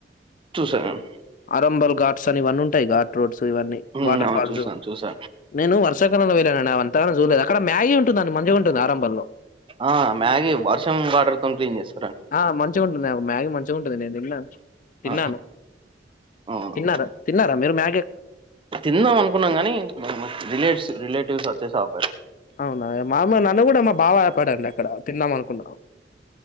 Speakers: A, on the right; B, on the left.
A: టూ సెవెన్
B: అరంబల్ గాట్స్ అని ఇవన్నీంటాయిఘాట్ రోడ్స్ ఇవన్నీ
A: ఉమ్,
B: వాటర్
A: అవును
B: ఫాల్స్
A: చూసాను చూసాను
B: నేను వర్షాకాలంలో వెళ్ళానవన్ తనని జూలేదు అక్కడ మ్యాగీ ఉంటుందండి మంచిగుంటుంది ఆరంభల్లో
A: ఆ మ్యాగీ వర్షం వాటర్తో క్లీన్ చేస్
B: ఆ మంచిగా ఉంటుంది నాకు ఒక మ్యాగీ మంచిగా ఉంటుంది నేను తిన్నా తిన్నాను
A: ఆ! అవును.
B: తిన్నారా తిన్నారా మీరు మ్యా
A: తిందాం అనుకున్నాం కాని మ రిలేటివ్స్ వచ్చేసాపారు
B: అవునా మా నన్ను కూడా మా బావ ఆపడండి అక్కడ తి ఇదామనుకున్న